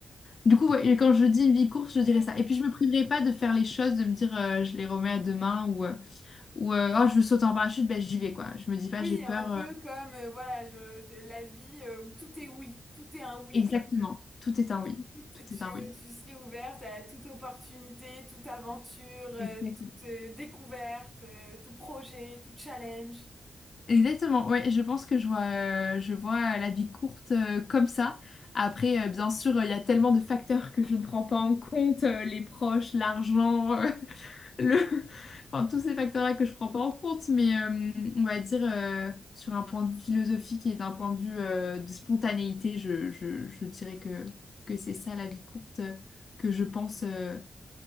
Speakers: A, on the left; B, in the centre.
A: Du coup, ouais, et quand je dis une vie courte,
B: génial.
A: je dirais ça. Et puis, je me priverai pas de faire les choses, de me dire euh, je les remets à demain ou, euh, ou euh, oh, je veux sauter en parachute, ben, j'y vais, quoi. Je me dis pas
B: Oui,
A: j'ai peur.
B: un peu comme, euh, voilà, je, je- la vie euh, où tout est oui, tout est un oui.
A: Exactement. Tout est un
B: tout-
A: oui.
B: tu,
A: Tout
B: tu
A: est un oui.
B: serais ouverte à toute opportunité, toute aventure, euh,
A: Exactement.
B: toute euh, découverte, euh, tout projet, tout challenge.
A: Exactement. Ouais, je pense que je vois, euh, je vois la vie courte euh, comme ça. Après, euh, bien sûr, euh, il y a tellement de facteurs que je ne prends pas en compte, euh, les proches, l'argent, euh, <laughs> le... enfin, tous ces facteurs-là que je ne prends pas en compte, mais euh, on va dire euh, sur un point de vue philosophique et d'un point de vue euh, de spontanéité, je, je, je dirais que, que c'est ça la vie courte euh, que je pense, euh,